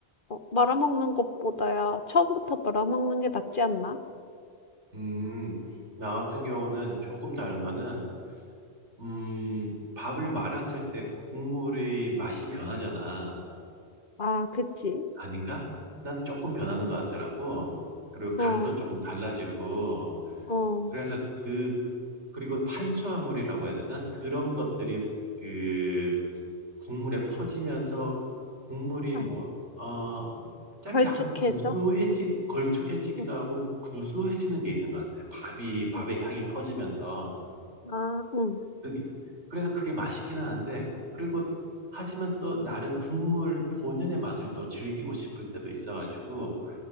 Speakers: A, on the left; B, on the right.
A: 어, 말아먹는 것보다야 처음부터 말아먹는 게 낫지 않나?
B: 음, 나 같은 경우는 조금 다른 거는, 음, 밥을 말았을 때 국물의 맛이 변하잖아.
A: 아, 그치?
B: 아닌가? 난 조금 변하는 것 같더라고. 그리고 간도
A: 어,
B: 조금 달라지고.
A: 어.
B: 그래서 그, 그리고 탄수화물이라고 해야 되나? 그런 것들이 그 국물에 퍼지면서 국물이
A: 아,
B: 뭐, 어, 짠
A: 걸쭉해져?
B: 약간 구수해지, 걸쭉해지기도
A: 응,
B: 하고 구수해지는 게 있는 것 같아. 밥이, 밥의
A: 응.
B: 향이 퍼지면서.
A: 아, 응.
B: 그게, 그래서 그게 맛있기는 한데, 그리고, 하지만 또 나름 국물 본연의 맛을 또 즐기고 싶을 때도 있어가지고,